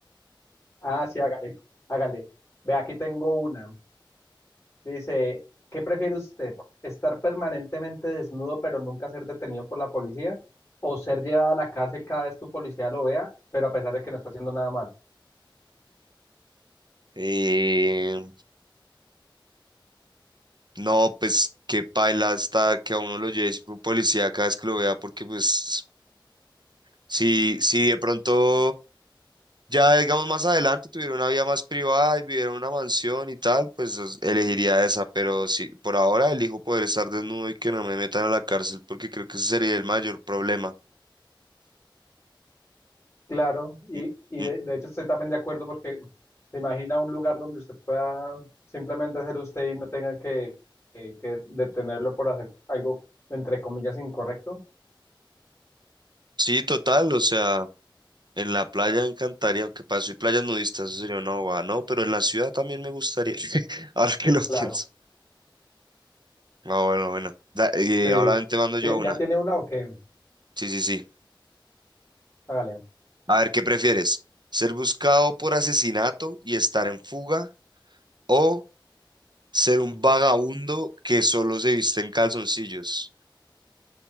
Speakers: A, on the left (about 30°); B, on the right (about 60°).
A: Ah, sí, hágale, hágale. Ve, aquí tengo una. Dice, ¿qué prefiere usted? ¿Estar permanentemente desnudo pero nunca ser detenido por la policía? ¿O ser llevado a la cárcel cada vez que un policía lo vea, pero a pesar de que no está haciendo nada malo?
B: Eh, no, pues qué paila está que a uno lo lleve siempre un policía cada vez que lo vea, porque pues si, si de pronto Ya, digamos, más adelante tuvieron una vida más privada y vivieron en una mansión y tal, pues os- elegiría esa, pero sí, por ahora elijo poder estar desnudo y que no me metan a la cárcel, porque creo que ese sería el mayor problema.
A: Claro, y,
B: Y-
A: y
B: mm,
A: de, de hecho estoy también de acuerdo porque se imagina un lugar donde usted pueda simplemente ser usted y no tenga que, que- que detenerlo por hacer algo, entre comillas, incorrecto.
B: Sí, total, o sea, en la playa me encantaría, aunque para soy playas nudistas, eso sería una bobada, no, pero en la ciudad también me gustaría, <laughs> ahora que lo pienso.
A: Claro,
B: Ah, bueno, bueno, Da- eh,
A: sí.
B: ahora te mando yo
A: Ti-
B: una,
A: ¿Ya tiene una o qué?
B: sí, sí, sí.
A: Hágale.
B: A ver, ¿qué prefieres? ¿Ser buscado por asesinato y estar en fuga? o Ser un vagabundo que solo se viste en calzoncillos,